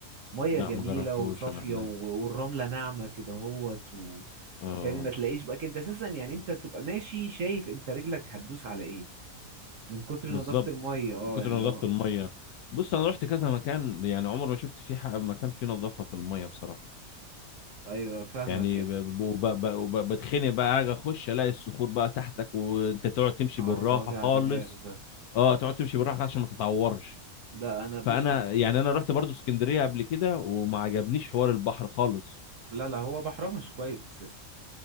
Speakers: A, on the right; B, on the left.
A: ميه
B: لا
A: جميله
B: ما جربتهوش
A: وصافيه
B: انا هناك
A: و- والرمله ناعمه كده اهوت و...
B: اه
A: يعني ما تلاقيش بقى انت اساسا يعني انت بتبقى ماشي شايف انت رجلك هتدوس على ايه من كتر
B: بالظبط
A: نظافه الميه اه
B: من
A: يعني
B: كتر نظافة
A: اللي هو
B: المية بص انا رحت كذا مكان يعني عمر ما شفت فيه حق- مكان فيه نظافة في المية بصراحة
A: ايوه فاهمك
B: يعني
A: يعني
B: ب- ب- وب- ب- وب- بتخنق بقى اجي اخش الاقي الصخور بقى تحتك وانت تقعد تمشي
A: اه
B: بالراحة
A: ده وجع
B: خالص
A: دماغ ده
B: اه تقعد تمشي بالراحة عشان ما تتعورش
A: ده انا بص
B: فانا
A: انا
B: يعني انا رحت برضو اسكندريه قبل كده وما عجبنيش حوار البحر خالص
A: لا لا هو بحرها مش كويس اساسا